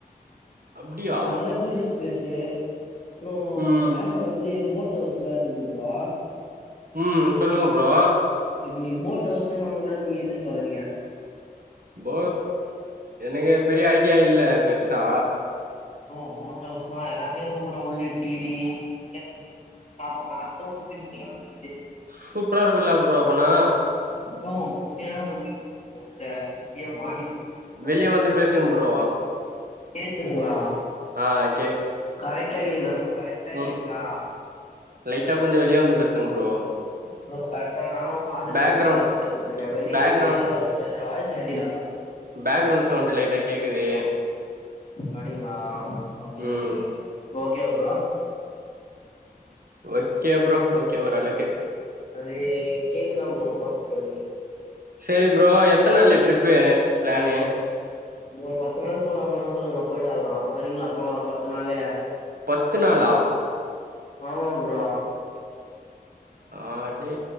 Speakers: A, on the right (about 65°); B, on the left (about 45°).
A: அப்டியா
B: நல்ல டூரிஸ்ட்டு பிளேசு அப்றோ
A: ம்
B: கேரளா வந்து போட் ஹவுஸ் ல்லா இருக்குது ப்ரோ
A: ம் சொல்லுங்க ப்ரோ
B: இப்ப நீ போட் ஹவுஸ்னா நல்லா இருக்கு நீ எதிர்பாக்குறீங்க
A: போ எனக்கு பெரிய ஐடியா இல்ல பெருசா
B: ப்ரோ போட் ஹவுஸ்னா எல்லாமே இருக்கு ப்ரோ உள்ள டிவி <unintelligible> நா இப்ப நா இருந்தது ஒரிஜினல் வீடா அப்டி இருந்தது
A: சூப்பரா இருக்குல ப்ரோ அப்பனா
B: ப்ரோ ஒன்னே ஒண்ணி ருக்குது ப்ரோ உள்ள
A: வெளிய வந்து பேசுங்க ப்ரோ
B: கேக்குதுங்களா
A: ஆய்
B: கரெக்டா கேக்குதா ப்ரோ கரெட்டா
A: ம்
B: கேக்குதா
A: லைட்டா கொஞ்சோ வெளிய வந்து பேசுங்க ப்ரோ
B: ப்ரோ கரெட்டா நானு காதுல
A: பேக்ரவுண்ட்
B: வச்சு தா ப்ரோ பேசிட்டு இருக்கே வெளியவே
A: பேக்ரவுண்ட்
B: வெளியதா வந்து பேசுறே வாய்ஸ் எரயுதா
A: பேக்ரவுண்ட் சவுண்ட் லைட்டா கேக்குது
B: அடிங்ளா அப்டியா
A: ம்
B: ஓகே ஓகே ப்ரோ இப்ப ஓகேவா ப்ரோ
A: ஓகே ப்ரோ ஓகே ஓரளக்கு
B: அதே கேக்குதா ப்ரோ என்ன பண்றது
A: செரி ப்ரோ எத்தன நாளு ட்ரிப்பு ப்ளானு
B: ஒரு பத்து நாள் போலாமா சொல்லுங்க போய்ட்டு வரலா வரீங்ளா போலா ஒரு பத்து நாளு
A: பத்து நாளா
B: ஆமா ப்ரோ
A: ஆடே